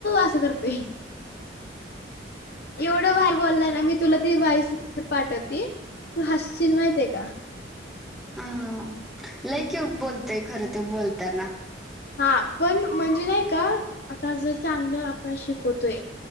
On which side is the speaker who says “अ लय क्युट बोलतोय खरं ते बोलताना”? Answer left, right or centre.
Centre